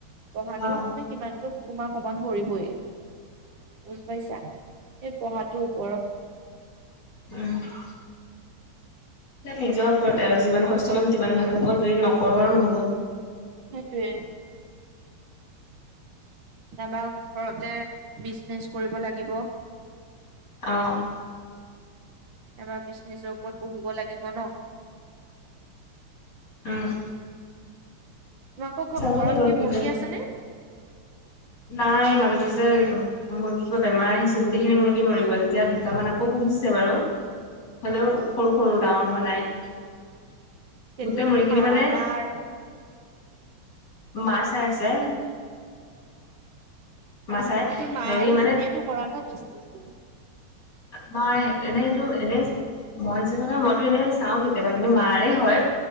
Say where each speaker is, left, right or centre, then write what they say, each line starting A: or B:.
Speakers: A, on the right; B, on the left.
A: পঢ়াটো
B: অ
A: তুমি সিমানটো অকুমান কমন পৰিবই, বুজি পাইছা, এই পঢ়াটোৰ ওপৰত <inaudible>
B: <unintelligible> নিজৰ ওপৰতে আৰু, যিমান কষ্ট কৰিম সিমান ভাল হ'ব, যদি নকৰোঁ আৰু নহ'ব।
A: সেইটোৱে। নাইবা ঘৰতে বিজনেচ কৰিব লাগিব।
B: অ'।
A: তাপা বিজনেজৰ ওপৰত পঢ়িব লাগিব ন?
B: উম।
A: তোমালোকৰ
B: চাব
A: ঘ, ঘৰত
B: লাগিব
A: কি মুৰ্গী
B: কয়
A: আছে নে?
B: নাই, মাজতেযে মোৰ কিবা বেমাৰ আহিছিল গোটেইখিনি মুৰ্গী মৰি গ', তেতিয়া দুটামান আকৌ পুহিছে বাৰু। হলেও সৰু-সৰু,
A: অ
B: ডাঙৰ হোৱা নাই।
A: সেইটোতো
B: গোটেই মুৰ্গীখিনি
A: মা
B: মানে,
A: মাৰ
B: মা চাই আছে। মা চাই
A: সেইটো মা
B: হেৰি
A: আৰু
B: মানে
A: তুমিয়েটো কৰা ন বিজনেচ?
B: নাই, এনেইটো এনে মই <unintelligible> মইতো এনে চাওঁ কেতিয়াবা, কিন্তু মাৰে হয়